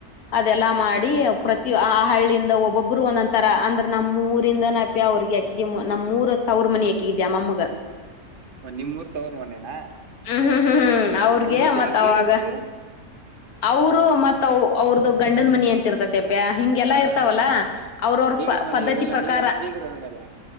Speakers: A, on the left; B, on the right.
A: ಅದೆಲ್ಲಾ
B: ಹ್ಮ್
A: ಮಾಡಿ ಪ್ರತಿ ಆ ಹಳ್ಳಿಯಿಂದ ಒಬ್ಬೊಬ್ರು ಒಂದೊಂರ ಅಂದ್ರೆ ನಮ್ಮ ಊರು ಇಂದ ನಾಪಿ ಅವರಿಗೆ ಅಕಿಗೆ ನಮ್ಮ ಮೂರ ತವರು ಮನೆ ಯಕಗಿದ್ಯಾ ಮಮ್ಮಗ
B: ನಿಮ್ಮೂರ್ ತವ್ರ ಮನೆನಾ
A: ಹ್ಮ್ ಹ್ಮ್ ಹ್ಮ್ ಹ್ಮ್ ಅವ್ರಗೆ
B: ಮತ್ತೆ
A: ಮತ್ತ
B: ಆ ಬೇರೆ
A: ಅವಾಗ
B: ಊರು
A: ಅವರು ಮತ್ ಅವ್ರ್ದು ಗಂಡನ್ ಮನಿ ಅಂತಿರ್ತತೆ ಹಿಂಗೆಲ್ಲಾ
B: ಹಾ
A: ಇರ್ತಾವಲ್ಲ
B: ಹಾ
A: ಅವ್ರವ್ರ
B: ಬೀಗರ
A: ಪ
B: ಮನೆ
A: ಪದ್ಧತಿ
B: ಇವರೆಲ್ಲ
A: ಪ್ರಕಾರ
B: ನೀವೆಲ್ಲ ಬೀಗರು ಹಂಗಾರೆ